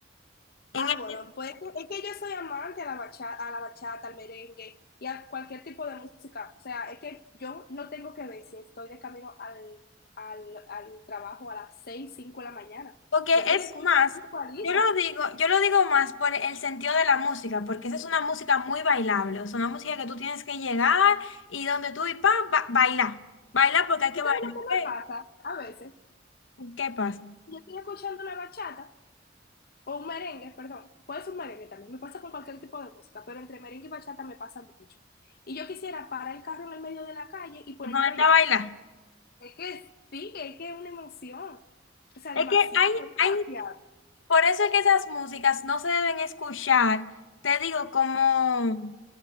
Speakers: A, on the left; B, on the left.
A: En
B: Ah,
A: el
B: bueno, pues es que yo soy amante a la bachata, a la bachata, al merengue y a cualquier tipo de música. O sea, es que yo no tengo que ver si estoy de camino al, al, al trabajo a las 6 5 de la mañana.
A: Porque
B: Yo te
A: es
B: la escucho
A: más,
B: a 40.
A: yo lo digo, yo lo digo más por el sentido de la música, porque esa es una música muy bailable, o sea, una música que tú tienes que llegar y donde tú y pa, ba- bailar, bailar porque hay que
B: ¿Tú sabes
A: bailar.
B: lo que me
A: ¿Qué,
B: pasa? A veces,
A: qué pasa?
B: yo estoy escuchando la bachata O un merengue, perdón. Puede ser un merengue también. Me pasa con cualquier tipo de música, pero entre merengue y bachata me pasa mucho. Y yo quisiera parar el carro en el medio de la calle y ponerme
A: Y ponerte
B: a bailar.
A: a bailar.
B: Es que sí, es que es una emoción. O sea,
A: Es
B: demasiado,
A: que hay,
B: demasiado.
A: hay, por eso es que esas músicas no se deben escuchar, te digo, como